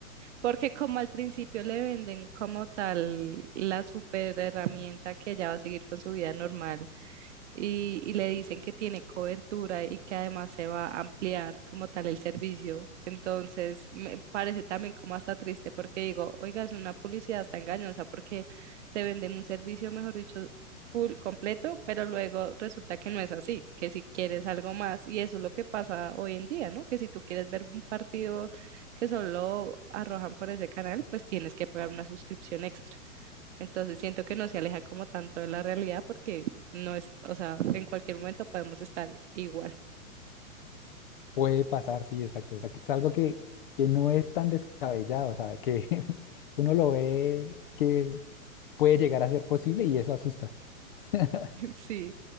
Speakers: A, on the right; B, on the left.
A: porque como al principio le venden como tal la super herramienta que ella va a seguir con su vida normal y, y le dicen que tiene cobertura y que además se va a ampliar como tal el servicio. Entonces, me parece también como hasta triste porque digo, oiga, es una publicidad hasta engañosa porque te venden un servicio, mejor dicho, full completo, pero luego resulta que no es así, que si quieres algo más, y eso es lo que pasa hoy en día, ¿no? Que si tú quieres ver un partido que solo arrojan por ese canal, pues tienes que pagar una suscripción extra. Entonces siento que no se aleja como tanto de la realidad porque no es, o sea, en cualquier momento podemos estar igual.
B: Puede pasar, sí, exacto. O sea, que Es algo que, que no es tan descabellado, o sea, que <laughs> uno lo ve que puede llegar a ser posible y eso asusta. <laughs>
A: <laughs> Sí.